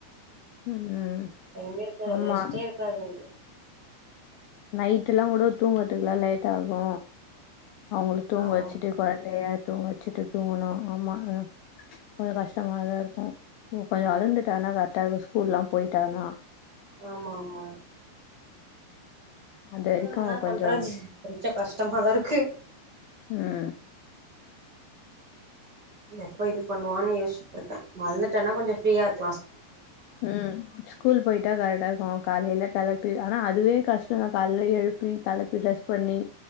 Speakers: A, on the left; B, on the right.
A: ம்
B: டைமே இருக்காது
A: ஆமா
B: ரெஸ்ட்டே இருக்காது இங்கு
A: நைட் எல்லா கூட தூங்கறதுக்லா லேட் ஆகு அவுங்கள தூங்க
B: ஆமா
A: வச்சுட்டு கொழந்தைய தூங்க வச்சுட்டு தூங்கணு ஆமா அ கொஞ்ச கஷ்டமாதா இருக்கு கொஞ்ச வளந்துட்டானா கரெட்டா இருக்கு ஸ்கூல்லா போய்ட்டானா
B: ஆமாமா
A: அது வரைக்கு
B: அ என்ன பண்றது
A: கொஞ்சோ
B: கொஞ்ச கஷ்டமாதா இருக்கு
A: ம்
B: எப்ப இது பண்ணுவான் யோசிச்ட்டு இருக்க வளந்துட்டானா கொஞ்ச ஃப்ரீயா இருக்லா
A: ம் ஸ்கூல் போய்ட்டா கரெட்டா இருக்கு காலைல கெளப்பி ஆனா அதுவே கஷ்டதா காலைல எழுப்பி கெளப்பி ட்ரெஸ் பண்ணி